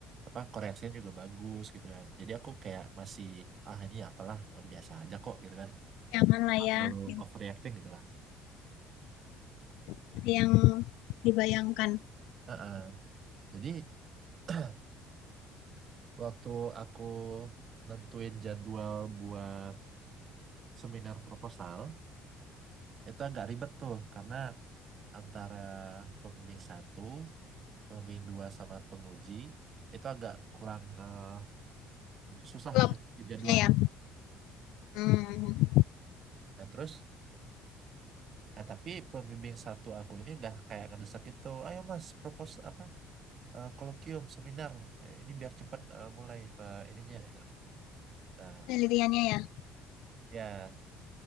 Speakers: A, on the right; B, on the left.
A: apa koreksinya juga bagus gitu kan. Jadi aku kayak masih ah ini apalah eh, biasa aja kok gitu kan.
B: jangan lah
A: Nggak
B: ya.
A: terlalu
B: gitu.
A: overreacting gitu lah.
B: seperti yang dibayangkan.
A: Eh, eh. Jadi <clears throat> waktu aku nentuin jadwal buat seminar proposal itu agak ribet tuh karena antara pembimbing satu Pembimbing dua sama penguji itu agak kurang eh, susah
B: Kalau
A: nyetir jadwalnya.
B: ya, hmm,
A: Nah terus, nah tapi pembimbing satu aku ini udah kayak ngedesak gitu, ayo mas propose apa eh, kolokium seminar Ya, ini biar cepat eh, mulai eh, ininya gitu. Nah
B: penelitiannya ya,
A: ya,